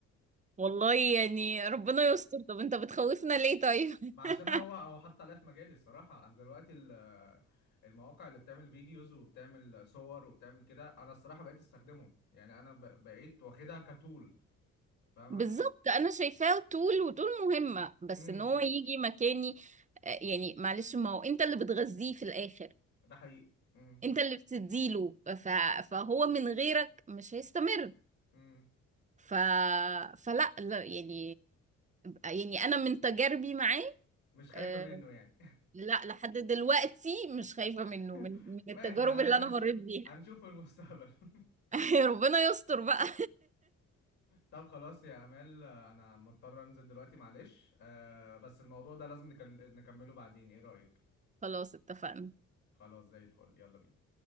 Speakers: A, on the right; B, on the left.
A: والله يعني ربنا يستر طب انت بتخوفنا ليه طيب <laughs>
B: ما عشان هو هو حط عليا في مجالي الصراحة أنا دلوقتي ال- المواقع اللي بتعمل فيديوز وبتعمل صور وبتعمل كده أنا الصراحة بقيت أستخدمهم يعني أنا ب- بقيت واخدها كتول فاهمة؟
A: بالظبط انا شايفاه طول وطول مهمة بس
B: امم
A: ان هو يجي مكاني آه، يعني معلش ما هو انت اللي بتغذيه في الاخر
B: ده حقيقي امم
A: انت اللي بتديله ف... فهو من غيرك مش هيستمر
B: امم
A: ف... فلا لا يعني يعني انا من تجاربي معاه
B: مش خايفة
A: آه،
B: منه يعني
A: لا لحد دلوقتي مش خايفة
B: <laughs>
A: منه من من
B: ماشي
A: التجارب
B: أنا
A: اللي انا
B: هنشوف
A: مريت بيها
B: هنشوف في المستقبل <laughs>
A: <laughs> ربنا يستر بقى
B: طب خلاص يا أمال أنا مضطر أنزل دلوقتي معلش أه بس الموضوع ده لازم نكل- نكمله بعدين إيه رأيك؟
A: <laughs> خلاص اتفقنا
B: خلاص زي الفل يلا بينا